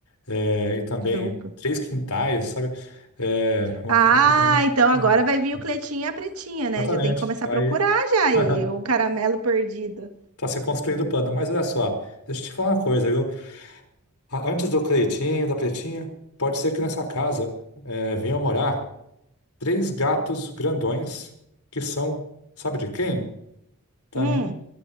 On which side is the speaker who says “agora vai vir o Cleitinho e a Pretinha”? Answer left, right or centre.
Right